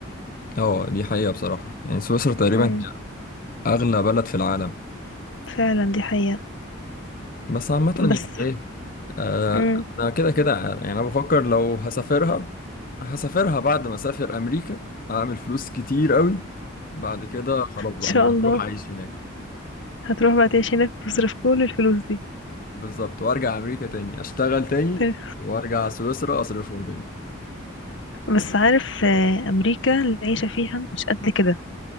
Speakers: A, on the left (about 45°); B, on the left (about 60°).
A: اه دي حقيقة بصراحة يعني سويسرا تقريبا
B: امم
A: هي أغلى بلد في العالم
B: فعلا دي حقيقة
A: بس عامة يعني
B: بس
A: إيه آه،
B: امم ان
A: أنا كده كده يعني أنا بفكر لو هسافرها هسافرها بعد ما أسافر أمريكا أعمل فلوس كتير قوي بعد كده خلاص بقى
B: شاء
A: انا
B: الله
A: هروح اعيش هناك
B: هتروح بقى تعيش هناك وتصرف كل الفلوس دي
A: بالظبط وارجع امريكا تاني اشتغل تاني
B: تمام.
A: وارجع سويسرا اصرفهم تاني
B: بس عارف آه، امريكا العيشة فيها مش قد كده